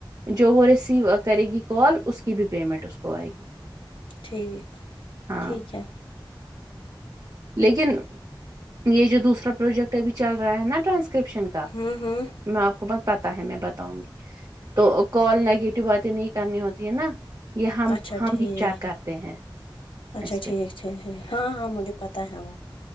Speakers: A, on the right (about 45°); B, on the left (about 80°).
A: جو وہ ریسیو کرے گی کال اس کی بھی پیمنٹ اس کو آئے گی
B: ٹھیک
A: ہاں
B: ٹھیک ہے
A: لیکن یہ جو دوسرا پروجیکٹ ابھی چل رہا ہے نا ٹرانسکرپشن کا
B: ہوں ہوں
A: میں آپ کو پتاتا ہے میں بتاؤں گی تو کال نگیٹو باتیں نہیں کرنی ہوتی ہے نا یہ ہم
B: اچھا
A: ہم
B: ٹھیک
A: ہی چیک کرتے ہیں
B: اچھا
A: اس پہ
B: ٹھیک <unintelligible> ہاں ہاں مجھے پتا ہے وہ